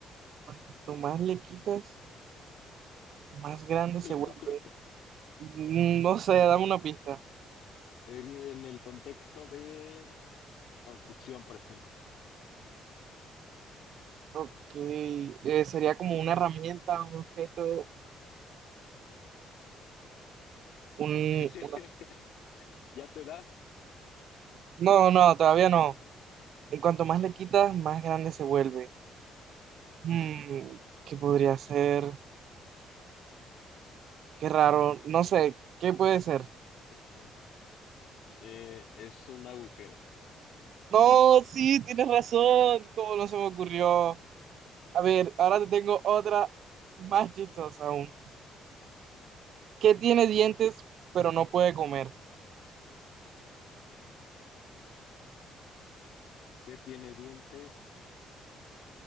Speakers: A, on the right; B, on the left.
A: Cuanto más le quitas, más grande se
B: <laughs>
A: vuelve. Mm, No sé, dame una pista.
B: En, en el contexto de construcción, por ejemplo.
A: Ok, eh, sería como una herramienta, un objeto, un...
B: <laughs>
A: una-
B: Ya te das.
A: No, no, todavía no. En cuanto más le quitas, más grande se vuelve. Mm, ¿qué podría ser? Qué raro, no sé, ¿qué puede ser?
B: Eso. Eh, es un agujero
A: No, sí, tienes razón, ¿cómo no se me ocurrió? A ver, ahora te tengo otra más chistosa aún. ¿Qué tiene dientes pero no puede comer?
B: que tiene dientes,